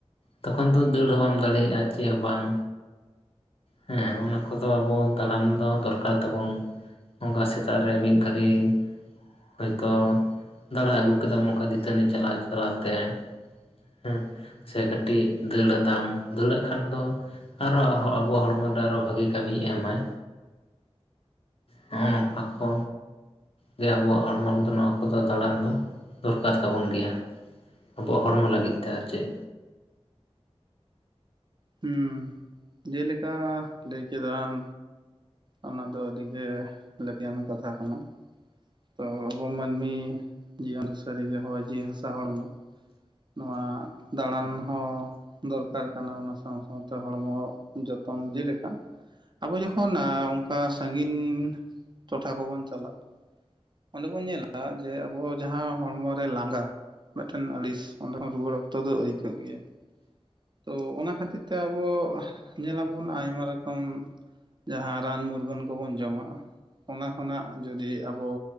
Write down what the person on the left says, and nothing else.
ᱛᱚᱠᱷᱚᱱ ᱫᱚ ᱫᱟᱹᱲ ᱦᱚᱸ ᱵᱟᱢ ᱫᱟᱲᱮᱭᱟᱜᱼᱟ ᱪᱮᱫ ᱦᱚᱸ ᱵᱟᱝ ᱦᱮᱸ ᱚᱱᱟ ᱠᱚᱫᱚ ᱟᱵᱚ ᱫᱟᱬᱟᱱ ᱫᱚ ᱫᱚᱨᱠᱟᱨ ᱛᱟᱵᱚᱱ ᱚᱱᱠᱟ ᱥᱮᱛᱟᱜ ᱨᱮ ᱢᱤᱫ ᱜᱷᱟᱹᱲᱤ ᱦᱚᱳᱭᱛᱳ ᱫᱟᱬᱟ ᱟᱹᱜᱩ ᱠᱮᱫᱟᱢ ᱚᱱᱠᱟ ᱫᱟᱹᱛᱟᱹᱱᱤ ᱪᱟᱞᱟᱜ ᱪᱟᱞᱟᱜ ᱛᱮ ᱦᱮᱸ ᱥᱮ ᱠᱟᱹᱴᱤᱡ ᱫᱟᱹᱲ ᱟᱫᱟᱢ ᱫᱟᱹᱲᱟᱜ ᱠᱷᱟᱱ ᱫᱚ ᱟᱨᱚ ᱟᱵᱚᱣᱟᱜ ᱦᱚᱲᱢᱚ ᱨᱮ ᱟᱨᱚ ᱵᱷᱟᱜᱤ ᱠᱟᱹᱢᱤ ᱮᱢᱟᱭ ᱱᱚᱜ-ᱚ ᱱᱚᱝᱠᱟ ᱠᱚ ᱜᱮ ᱟᱵᱚᱣᱟᱜ ᱦᱚᱲᱢᱚ ᱨᱮᱫᱚ ᱱᱚᱣᱟ ᱠᱚᱫᱚ ᱫᱟᱬᱟᱱ ᱫᱚ ᱫᱚᱨᱠᱟᱨ ᱛᱟᱵᱚᱱ ᱜᱮᱭᱟ ᱟᱵᱚᱣᱟᱜ ᱦᱚᱲᱢᱚ ᱞᱟᱹᱜᱤᱫ ᱛᱮ ᱟᱨ ᱪᱮᱫ